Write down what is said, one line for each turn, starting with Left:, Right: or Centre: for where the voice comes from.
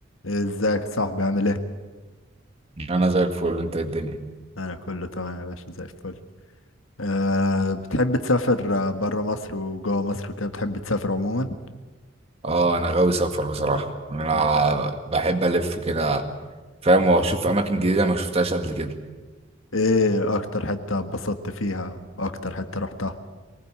Left: ازيك صاحبي عامل ايه؟
Right: انا زي الفل انت إيه الدنيا
Left: انا كله تمام يا باشا زي الفل أه بتحب تسافر بره مصر وجوه مصر وكده بتحب تسافر عموما؟
Right: اه انا غاوي سفر بصراحه انا
Left: مم.
Right: بحب الف كده فاهم واشوف اماكن جديده ما شفتهاش قبل كده
Left: ايه اكتر حتة اتبسطت فيها واكتر حتة رحتها؟